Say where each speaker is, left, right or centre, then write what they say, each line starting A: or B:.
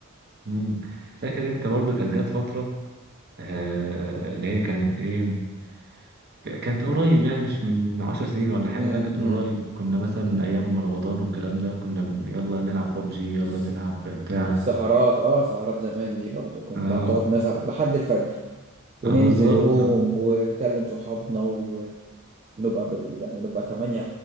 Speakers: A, on the right; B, on the right.
A: مم. فاكر انت برضو كانت جت فترة آه اللي هي كانت ايه ك- كانت قريب يعني مش من عشر سنين ولا حاجة
B: امم
A: لا كانت
B: أمم.
A: من قريب كنا مثلا ايام رمضان والكلام ده كنا بن- يلا نلعب ببجي يلا
B: الس-
A: نلعب بتاع
B: السهرات اه سهرات زمان دي برضه كنت
A: اه
B: هنقعد نسهر لحد الفجر وننزل
A: آه، بالظبط
B: روم
A: آه.
B: ونكلم صحابنا ونبقى بال... يعني نبقى 8